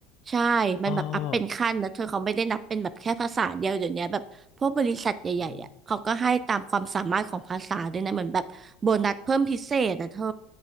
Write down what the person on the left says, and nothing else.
เอออืม